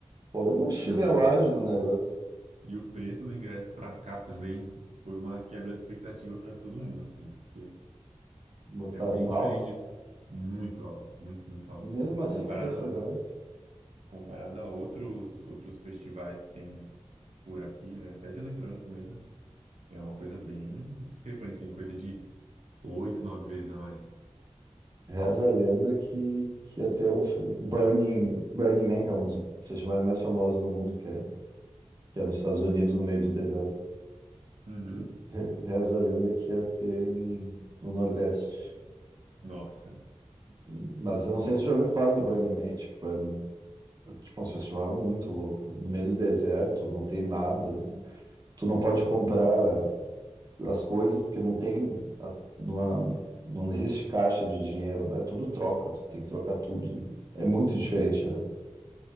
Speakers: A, on the right; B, on the right.
A: Foi uma chinelagem
B: Não, e o,
A: no negócio.
B: e o preço do ingresso pra cá também foi uma quebra de expectativa pra todo mundo, assim, né? Porque
A: Botaram
B: é bem
A: um
B: diferente
A: alto.
B: de muito alto, muito, muito alto.
A: E mesmo assim
B: Comparado
A: foi essa
B: a,
A: galera.
B: comparado a outros, outros festivais que tem por aqui, né? Até de eletrônico mesmo, é uma coisa bem discrepante, assim, coisa de oito, nove vezes a mais.
A: Reza a lenda que, que ia ter um filme. Burning, Burning Man, que é um dos festivais mais famosos do mundo, que é, que é nos Estados Unidos, no meio do deserto.
B: Uhum.
A: E re- reza a lenda que ia ter em, no Nordeste.
B: Nossa,
A: Mas eu não sei se você já ouviu falar no Burning Man, tipo, é tipo, um festival muito louco. No meio do deserto, não tem nada. Tu não pode comprar as coisas porque não tem, a- não, não existe caixa de dinheiro lá, é tudo troca, tu tem que trocar tudo. É muito diferente a,